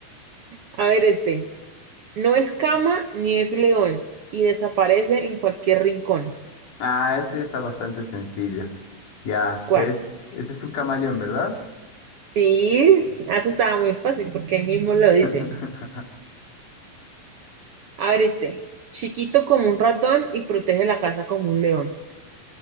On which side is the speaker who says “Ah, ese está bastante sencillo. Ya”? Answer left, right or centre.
Left